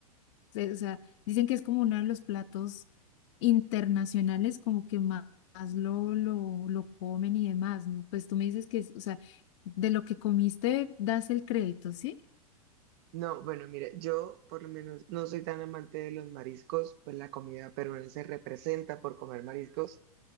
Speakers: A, on the left; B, on the right.
A: Se- O sea, dicen que es como uno de los platos internacionales, como que más, más lo, lo, lo comen y demás, ¿no? Pues tú me dices que es, o sea, de lo que comiste das el crédito, ¿sí?
B: No, bueno, mira, yo por lo menos no soy tan amante de los mariscos, pues la comida peruana se representa por comer mariscos